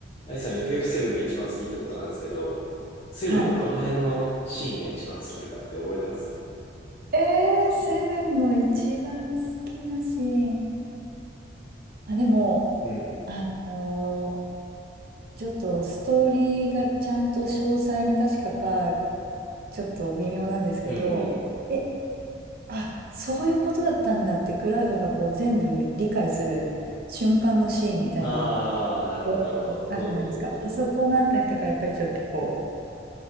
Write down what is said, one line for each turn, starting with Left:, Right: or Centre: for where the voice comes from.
Left: あイさん FF7 が一番好きってことなんですけど、7のどの辺のシーンが一番好きとかって覚えてます
Right: はい。えー、セブンの一番好きなシーン。あ、でも、
Left: うん。
Right: あのーちょっとストーリーがちゃんと詳細に確かか、ちょっと微妙なんですけど、
Left: うん。うんうんう
Right: え、あ、そういうことだったんだって、クラウドがこう全部理解する瞬間のシーンみたいなのっ
Left: ん。ああ、なるほど、
Right: てあるじゃないですか。
Left: なるほど。うんうんうんうん。
Right: あそこのあたりとか、やっぱりちょっとこ